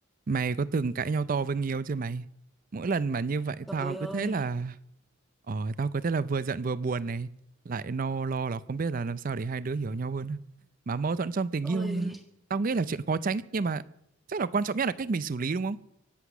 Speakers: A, on the right (about 40°); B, in the centre.
A: Mày có từng cãi nhau to với người yêu chưa mày? Mỗi lần mà như vậy
B: Trời
A: tao cứ
B: ơi,
A: thế là ờ tao cứ thế là vừa giận vừa buồn này, lại no lo là không biết là làm sao để hai đứa hiểu nhau hơn. Mà mâu thuẫn trong tình
B: ôi
A: yêu tao nghĩ là chuyện khó tránh nhưng mà chắc là quan trọng nhất là cách mình xử lý đúng không?